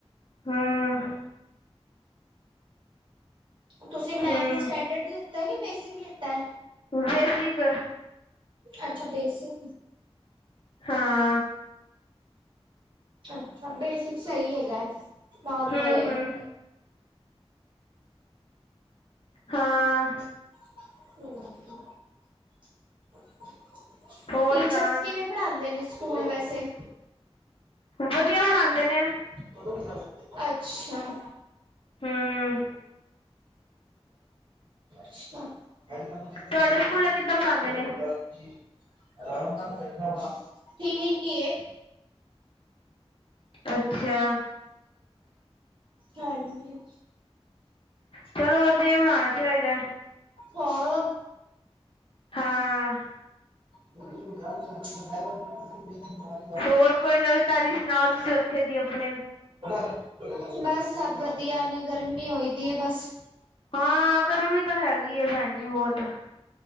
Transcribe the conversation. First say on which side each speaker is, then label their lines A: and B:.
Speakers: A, on the left (about 55°); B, on the right (about 50°).
A: ਹਂ।
B: ਤੁਸੀਂ ਮੈਥ
A: ਹਮ
B: ਸਟੈਂਡਰਡ ਲਿੱਤਾ ਕਿ ਬੇਸਿਕ ਲਿੱਤਾ ਐ।
A: ਬੇਸਿਕ।
B: ਅੱਛਾ, ਬੇਸਿਕ।
A: ਹਾਂ।
B: ਅੱਛ ਬੇਸਿਕ ਸਈ ਹੈਗਾ, ਨੋਰਮਲ
A: ਹਮ
B: ਏ।
A: ਹਮ ਹਾਂ।
B: <unintelligible> ਹਂ <unintelligible>
A: ਹੋਰ
B: ਟੀਚਰਸ
A: ਸੁਣਾ
B: ਕਿਵੇਂ ਪੜ੍ਹਾਂਦੇ ਨੇ ਸਕੂਲ ਵੈਸੇ।
A: ਵਧੀਆ ਪੜ੍ਹਾਂਦੇ ਨੇ।
B: <unintelligible> ਅੱਛਾ। <unintelligible>
A: ਹਮ
B: ਸਾਰੇ ਕੰਮ ਕਿਹਨਾਂ ਦਾ
A: ਤੁਹਾਡੇ
B: ਦਾ ਮੈਂ
A: ਸਕੂਲੇ ਕਿੱਦਾਂ ਪੜ੍ਹਾਉਂਦੇ
B: ਤੈਨੂੰ
A: ਨੇ
B: <unintelligible> ਆਰਾਮ ਨਾਲ ਮੈਂ ਬੈਠਾ ਵਾਂ, ਠੀਕ ਹੀ ਏ।
A: ਅੱਛਾ।
B: <inaudible> ਹਾਂਜੀ।
A: ਚਲੋ ਵਧੀਆ ਉੜਾਣਾ ਚਾਹੀਦਾ।
B: ਹੋਰ।
A: ਹਾਂ।
B: ਤੂੰ ਜਦੋਂ ਵਿਆਹ ਤੇ ਜਾਨੀ ਸੇ ਮੈਂ ਤੈਨੂੰ ਕਿਆ ਸੀ ਬੱਚੇ ਬਿਮਾਰ
A: ਹੋਰ ਕੋਈ ਨਵੀਂ ਤਾਜ਼ੀ ਸੁਣਾਓ ਤੁਸੀਂ ਉੱਥੇ ਦੀ ਆਪਣੇ
B: ਹੀ। <unintelligible> ਬਸ ਸਭ ਵਧੀਆ ਨੇ, ਗਰਮੀ ਹੋਈ ਦੀ ਹੈ ਬਸ।
A: ਹਾਂ ਗਰਮੀ ਵੀ ਤਾਂ ਹੈਗੀ ਹੈ ਭੈਣ ਜੀ ਬੋਹੁਤ।